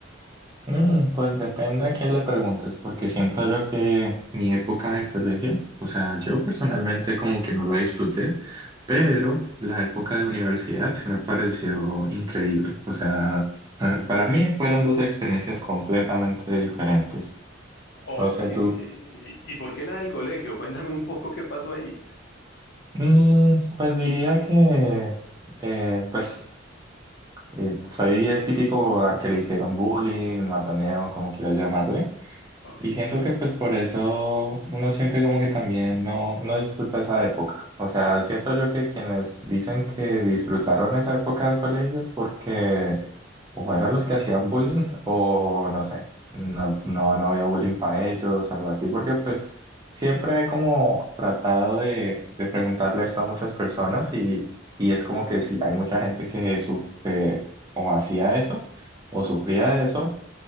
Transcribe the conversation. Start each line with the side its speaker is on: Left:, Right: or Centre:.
Right: Mm, pues depende a quién le preguntes, porque siento yo que mi época de colegio, o sea, yo personalmente como que no la disfruté, pero la época de universidad se me pareció increíble. O sea, eh, para mí fueron dos experiencias completamente diferentes.
Left: Ok.
Right: No sé
Left: ¿Y
Right: tú.
Left: y por qué la del colegio? <laughs> Cuéntame un poco qué pasó ahí.
Right: Mm, pues diría que, eh, pues, eh, soy el típico al que le hicieron bullying, matoneo, como quieras llamarle.
Left: Ok.
Right: Y siento que pues por eso uno siente como que también no, no disfruta esa época. O sea, siento yo que quienes dicen que disfrutaron esa época de colegio es porque o eran los que hacían bullying o no sé, no, no, no había bullying para ellos, algo así, porque pues siempre he como tratado de, de preguntarle esto a muchas personas y, y es como que sí, hay mucha gente que sufre o hacía eso o sufría de eso